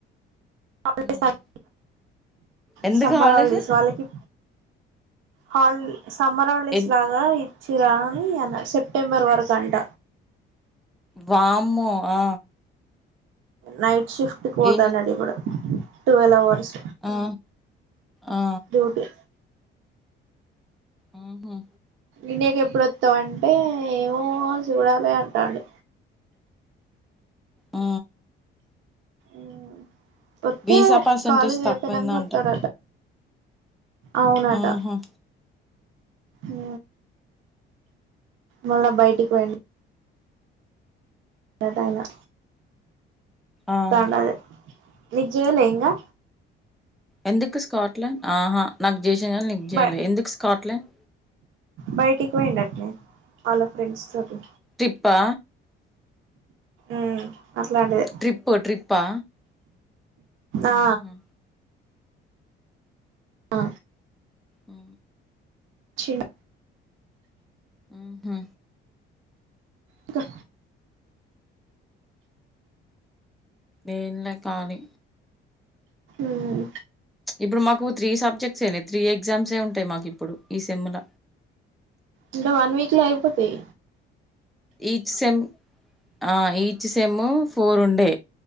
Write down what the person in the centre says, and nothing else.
ఉమ్.
ఎందుకు
హాలిడేస్
ఎన్
వామ్మో ఆ
ఏం చెప్తా
ఆ ఆ
ఉహు
ఆ
వీసా పర్సంటేజ్
తక్కువైందంట
ఆహా
ఆ
ఎందుకు స్కాట్లాండ్ ఆహా నాకు చేసిన గానీ నీకు చేయలే
ఎందుకు స్కాట్లాండ్
ట్రిప్పా
ట్రిప్పు ట్రిప్పా
ఆహా
ఉ
ఉహు
ఎన్లే కాలి
ఇప్పుడు మాకు త్రీ సబ్జెక్ట్స్ ఏనే త్రీ ఎగ్జామ్స్ ఎ ఉంటాయి మాకు ఇప్పుడు ఈ సెమ్ల
ఈచ్ సెమ్ ఆ ఈచ్ సేమ్ ఫోర్ ఉండే